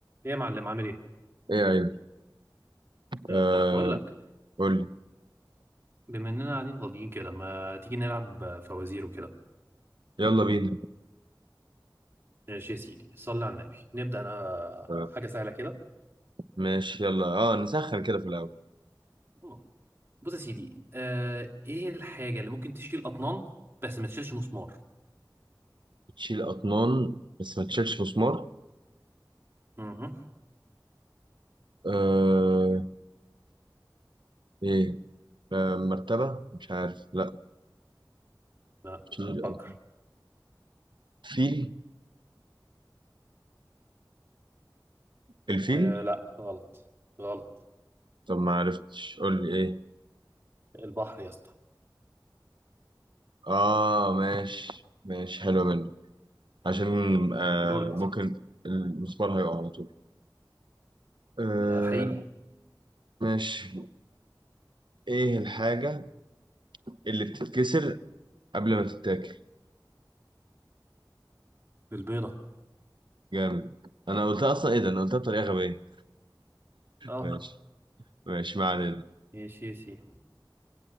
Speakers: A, on the right; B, on the right.
A: ايه يا معلم عامل ايه؟
B: ايه يا عيني
A: ايه
B: آه
A: الاخبار؟ بقول لك
B: قول لي
A: بما اننا قاعدين فاضيين كده ما تيجي نلعب فوازير وكده
B: يلا بينا
A: ماشي يا سيدي صلي على النبي نبدا انا
B: آه
A: بحاجه سهله كده
B: ماشي يلا اه نسخن كده في الاول
A: آه. بص يا سيدي آه ايه الحاجه اللي ممكن تشيل اطنان بس ما تشيلش مسمار؟
B: تشيل اطنان بس ما تشيلش مسمار
A: اها
B: آه ايه آه مرتبة مش عارف لا
A: لا
B: تشيل
A: فكر
B: أط- فيل الفيل
A: آه لا غلط غلط
B: طب ما عرفتش قول لي ايه
A: البحر يا اسطى
B: اه ماشي ماشي حلو منك عشان آه
A: يعني دورك يا
B: ممكن
A: سيدي
B: المسمار هيقع على طول آه
A: ده حقيقي
B: ماشي ايه الحاجة اللي بتتكسر قبل ما تتاكل
A: البيضه
B: جامد انا قلتها اصلا ايه ده انا قلتها بطريقة غبية
A: اه
B: ماشي ماشي ما علينا
A: ماشي يا سيدي